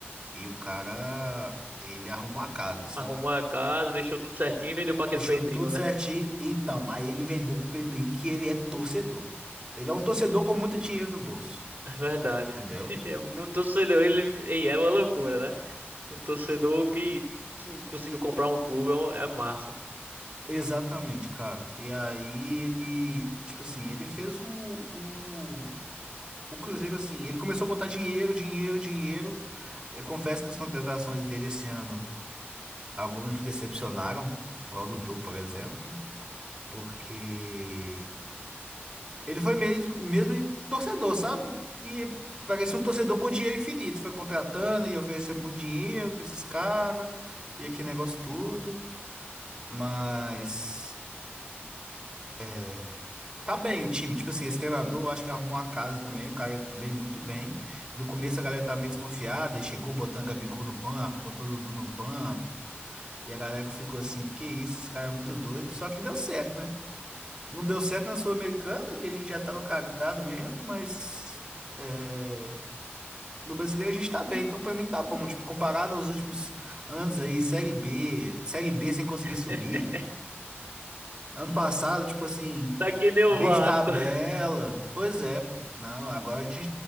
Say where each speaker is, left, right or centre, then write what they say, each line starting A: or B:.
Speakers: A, on the right; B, on the right.
A: e o cara. Ele arrumou a casa, sabe?
B: Arrumou a casa, deixou tudo certinho e vendeu pra aquele
A: Deixou
B: Pedrinho,
A: tudo certinho.
B: né?
A: Então, aí ele vendeu pro Pedrinho que ele é torcedor. Ele é um torcedor com muito dinheiro no bolso,
B: É verdade.
A: entendeu?
B: <laughs> É Um torcedor, ele, e é uma loucura, né? Um torcedor que que conseguiu comprar um clube é, um- é massa.
A: Exatamente, cara. E aí ele, tipo assim, ele fez o, o, o Cruzeiro assim, ele começou a botar dinheiro, dinheiro, dinheiro. Eu confesso que as contratações dele esse ano, algumas me decepcionaram, igual o Dudu, por exemplo, porque ele foi mesmo, mesmo torcedor, sabe? E parecia um torcedor com dinheiro infinito, foi contratando e oferecendo muito dinheiro pra esses caras, e aquele negócio todo, mas. É, Tá bem o time, tipo assim, esse treinador eu acho que arrumou a casa também, o cara veio muito bem. No começo a galera tava meio desconfiada, e chegou botando Gabigol no banco, botou o Dudu no banco, e a galera ficou assim, que isso, esse cara é muito doido, só que deu certo, né? Não deu certo na Sul-Americana, que a gente já tava cagado mesmo, mas é, no brasileiro a gente tá bem, então pra mim tá bom, tipo, comparado aos últimos anos aí, Série B, Série B sem conseguir
B: <laughs>
A: subir, Ano passado, tipo assim,
B: Tá que nem o
A: meio
B: Vasco.
A: de tabela.
B: <laughs>
A: Pois é, pô. Não, agora a gente